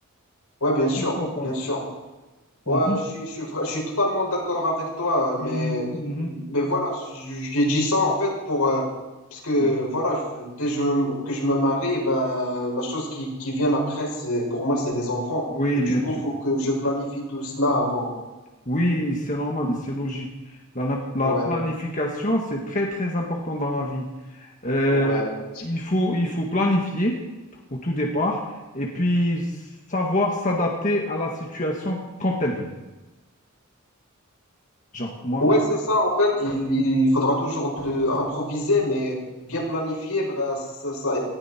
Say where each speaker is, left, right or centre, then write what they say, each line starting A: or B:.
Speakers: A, on the left; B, on the left.
A: ouais, bien sûr,
B: Qu'est-ce que t'en penses?
A: bien sûr. Ouais,
B: Mhm,
A: je, suis- je, suis vra- je suis totalement d'accord avec toi, euh, mais,
B: mhm, mhm.
A: mais voilà, je- je- j'ai dit ça en fait pour, euh, parce que
B: mhm.
A: voilà, je- dès je me- que je me marie, ben, la chose qui, qui vient après, c'est, pour moi, c'est les enfants.
B: Oui,
A: Et du
B: bien
A: coup,
B: sûr.
A: faut que je planifie tout cela avant.
B: Oui, c'est normal, c'est logique. La, la- la
A: Ouais,
B: planification, c'est très, très important dans la vie. Euh,
A: ouais.
B: il faut, il faut planifier au tout départ et puis savoir s'adapter à la situation quand elle vient. Genre, moi,
A: Ouais,
B: moi-
A: c'est ça. En fait, il, il faudra toujours de, improviser, mais bien planifié. Bah, ça, ça-